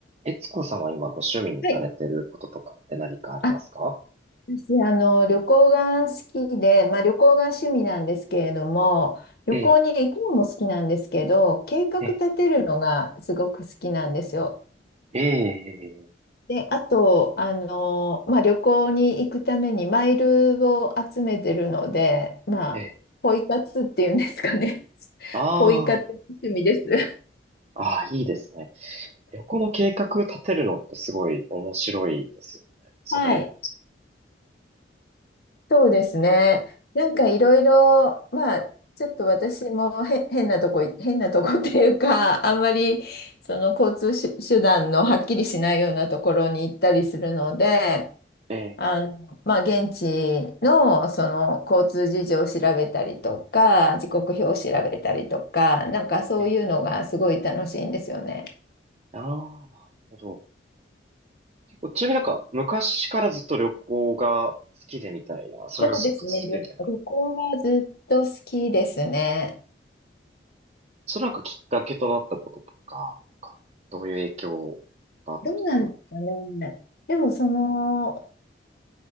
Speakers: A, on the right (about 35°); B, on the left (about 60°).
A: えつこさんは今ご趣味にされてることとかって何かありますか
B: はい。あ、私、あの、旅行が好きで、まあ、旅行が趣味なんですけれども、旅行に行くのも好きなんですけど、
A: ええ、
B: 計画立てるのがすごく好きなんですよ。
A: ええ、ええ、
B: で、あと、あの、まあ、旅行に行くためにマイルを集めてるので、まあ、
A: ええ
B: ポイ活っていうんですかね。<laughs>
A: あ
B: ポイ活趣味です。<laughs>
A: あ、ああ、いいですね。旅行の計画立てるのってすごい面白いですよね。それ、
B: はい。そうですね。なんかいろいろ、まあ、ちょっと私もへ変なとこい、変なとこっていうか、あんまりその交通し手段のはっきりしないようなところに行ったりするので、
A: ええ
B: あの、まあ、現地のその交通事情を調べたりとか、時刻表を調べたりとか、なんかそういうのがすごい楽しいんですよね。
A: ええああ、なるほど。結構、ちなみになんか昔からずっと旅行が好きでみたいな、それがずっと続いてるみたいな。
B: そうですね。旅、旅行はずっと好きですね。
A: それなんかきっかけとなったこととか、なんかどういう影響があったりとかって。
B: どうなんですかね。でもその